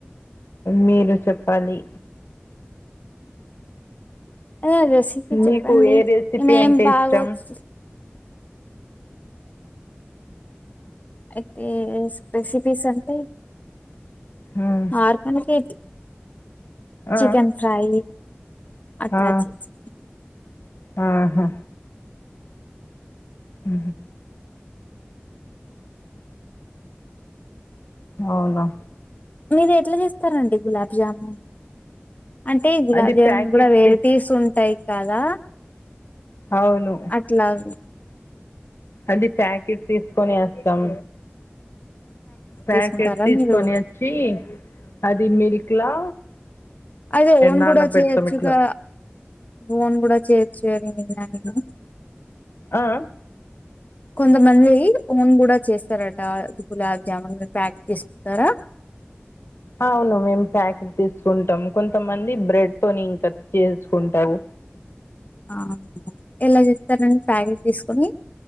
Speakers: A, on the left; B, on the left.
A: మీరు చెప్పాలి
B: అదే రెసిపీ చెప్పండి
A: మీకు ఏ రెసిపీ
B: మమేం
A: అంటే
B: బాగొచ్చు
A: ఇష్టం
B: ఇతే రెసిపీస్ సంట
A: మ్మ్.
B: ఆర్కనకితే
A: ఆ,
B: చికెన్ ఫ్రై అట్లా
A: ఆ,
B: చేసి
A: ఆహా అ అవునా
B: మీరు ఎట్లా చేస్తారండి గులాబ్జామున్ అంటే జ గులాబ్
A: అది
B: జాన్
A: ప్యాకెట్
B: కూడా వెరటీస్
A: తీస్-
B: ఉంటాయి కదా
A: అవును
B: అట్లావి
A: అది ప్యాకెట్ తీసుకొని వేస్తాం ప్యాకెట్
B: తీసుకుంటారా
A: తీసుకొని
B: మీరు
A: వచ్చి అది మిల్క్ లా
B: అదే ఓన్
A: నాన
B: కూడా
A: పెడతాం
B: చేయొచ్చుగా
A: ఇట్లా
B: ఓన్ కూడా చేయొచ్చు కదా అనిన్న నేను
A: ఆ,
B: కొంతమంది ఓన్ కూడా చేస్తారట గులాబ్ జామున్ ప్యాక్ చేసుకుంటారా
A: అవును మేము ప్యాకెట్ తీసుకుంటాం కొంతమంది బ్రెడ్ తోని ఇంకా చేసుకుంటావు
B: ఆ ఎలా చెప్తారండి ప్యాకెట్ తీసుకుని